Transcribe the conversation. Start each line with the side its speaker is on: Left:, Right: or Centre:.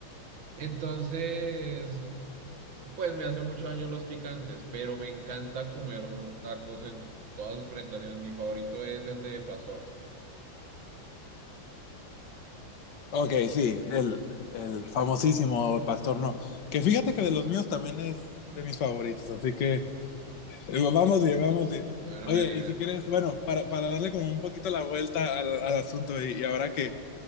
Right: Entonces, pues me hace mucho daño los picantes, pero me encanta comer tacos en todas sus presentaciones. Mi favorito es el de pastor.
Left: Ok, sí, el, el famosísimo Pastor No. Que fíjate que de los míos también es de mis favoritos, así que eh, vamos bien, vamos bien.
Right: Bueno,
Left: Oye,
Right: me alegra.
Left: y si quieres, bueno, para, para darle como un poquito la vuelta al, al asunto y, y ahora que,